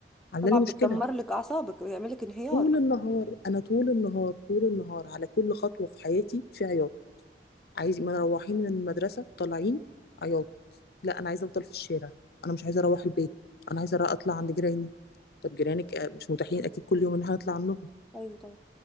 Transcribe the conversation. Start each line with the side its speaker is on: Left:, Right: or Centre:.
Left: عامله
Centre: طبعا
Left: لي مشكله
Centre: بتدمر لك اعصابك ويعمل لك انهيار
Left: طول النهار انا طول النهار طول النهار على كل خطوه في حياتي في عياط عايز ما أنا روحين من المدرسه طالعين عياط لا انا عايزه افضل في الشارع انا مش عايزه اروح البيت انا عايزه اطلع عند جيراني طب جيرانك آه، مش متاحين اكيد كل يوم ان احنا نطلع عنهم
Centre: ايوه طبعا